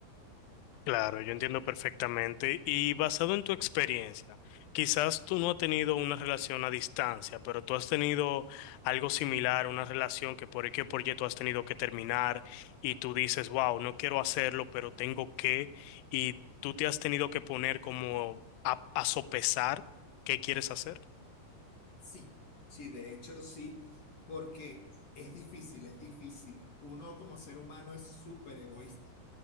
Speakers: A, on the left; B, on the left.
A: Claro, yo entiendo perfectamente. Y basado en tu experiencia, quizás tú no has tenido una relación a distancia, pero tú has tenido algo similar, una relación que por qué por Y tú has tenido que terminar y tú dices, wow, no quiero hacerlo, pero tengo que, y tú te has tenido que poner como a, a sopesar qué quieres hacer.
B: Sí, sí, de hecho sí, porque es difícil, es difícil. Uno como ser humano es súper egoísta.